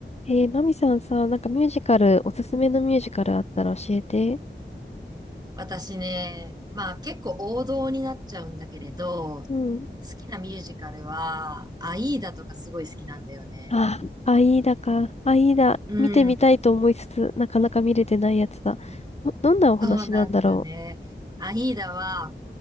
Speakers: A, on the left; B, on the right.
A: えー、マミさんさ、なんかミュージカル、おすすめのミュージカルあったら教えて。
B: 私ね、まあ結構王道になっちゃうんだけれど、好
A: うん。
B: きなミュージカルは、アイーダとかすごい好きなんだよね。
A: あ、アイーダか。アイーダ、
B: うん。
A: 見てみたいと思いつつ、なかなか見れてないやつだ。ど、どんなお話なんだろ
B: そうなんだね。アイーダは、